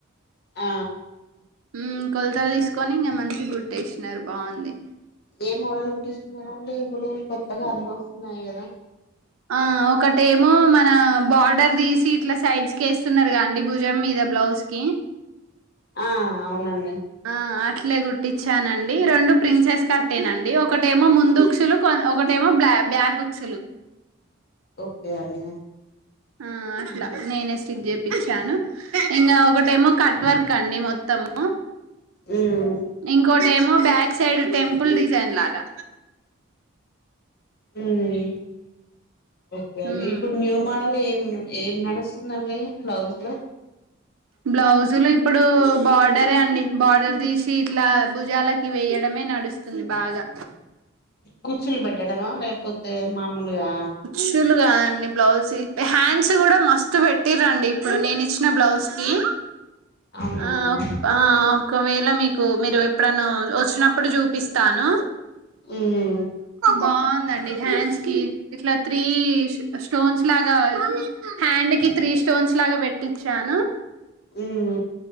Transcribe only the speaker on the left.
ఆ
ఏ మోడల్ కుట్టిచ్చుకున్నారండి ఇప్పుడు కొత్తగా అన్నోస్తున్నాయి గదా
ఆ అవునండి
ఓకే అండి
ఉమ్
హ్మ్
హ్మ్ ఓకే అండి
ఇప్పుడు న్యూ మోడల్ ఏం ఏం నడుస్తుంది నల్లయే బ్లౌజ్లో
కుచ్చులు పెట్టడమా లేకపోతే మామూలుగా
అవునా
అండి
ఉమ్
ఉమ్